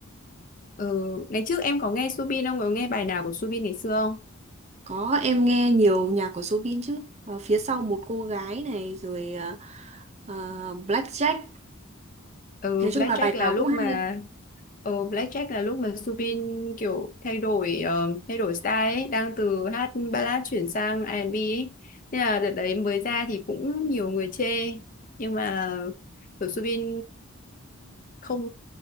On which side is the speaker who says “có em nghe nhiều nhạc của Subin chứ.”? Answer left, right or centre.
Right